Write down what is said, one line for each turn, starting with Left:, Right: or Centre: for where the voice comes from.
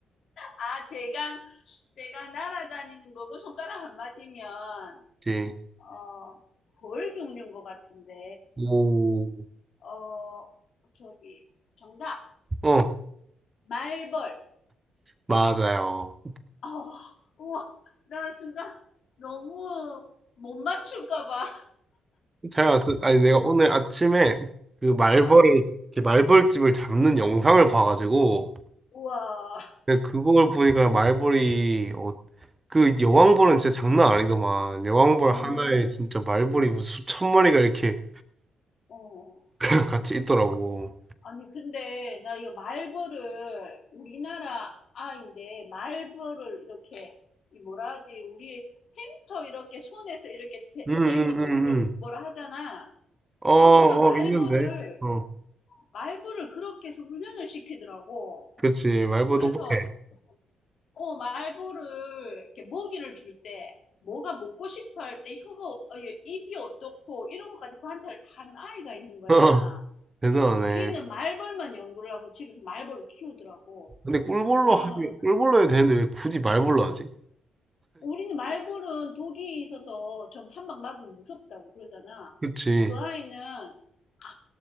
Left: 아, 대강, 대강 날아다니는 거고 손가락 한 마디면,
Right: 예.
Left: 어, 벌 종류인 것 같은데,
Right: 오.
Left: 어, 저기, 정답.
Right: 어,
Left: 말벌.
Right: 맞아요.
Left: 어, 우와, 나 순간 너무 못 맞출까 봐.
Right: 잘 왔어. 아니, 내가 오늘 아침에 그 말벌이,
Left: 응.
Right: 이렇게 말벌집을 잡는 영상을 봐가지고,
Left: 우와.
Right: 근데 그걸 보니까 말벌이, 어, 그 여왕벌은 진짜 장난 아니더만. 여왕벌
Left: 어,
Right: 하나에 진짜 말벌이 무슨 수천 마리가 이렇게
Left: 어.
Right: <laughs> 같이 있더라고.
Left: 아니, 근데 나 이거 말벌을 우리나라 아인데 말벌을 이렇게 이 뭐라 하지? 우리 햄스터 이렇게 손에서 이렇게 데,
Right: 응, 응,
Left: 리고 노는
Right: 응, 응.
Left: 걸 뭐라 하잖아.
Right: 어,
Left: 그것처럼 말벌을
Right: 어, 있는데. 어,
Left: 말벌을 그렇게 해서 훈련을 시키더라고.
Right: 그렇지. 말벌
Left: 그래서
Right: 똑똑해.
Left: 어 말벌을 이렇게 먹이를 줄 때 뭐가 먹고 싶어 할 때 혀가 어- 어, 입이 어떻고 이런 것까지 관찰을 다 하는 아이가 있는 거야.
Right: <laughs> 대단하네.
Left: 걔는 말벌만 연구를 하고 집에서 말벌을 키우더라고.
Right: 근데 꿀벌로
Left: 와,
Right: 하기 꿀벌로 해도 되는데 왜 굳이 말벌로 하지?
Left: 우리는 말벌은 독이 있어서 좀 한 방 맞으면 무섭다고 그러잖아.
Right: 그치.
Left: 그 아이는 아,